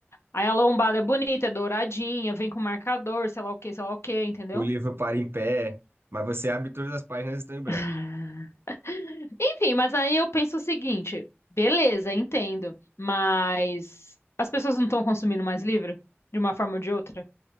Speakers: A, on the left; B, on the right.
A: Aí a lombada é bonita, é douradinha, vem com marcador, sei lá o que, sei lá o que, entendeu?
B: O livro para em pé, mas você abre todas as páginas estão em branco.
A: <laughs> Enfim, mas aí eu penso o seguinte, beleza, entendo, mas as pessoas não estão consumindo mais livro de uma forma ou de outra?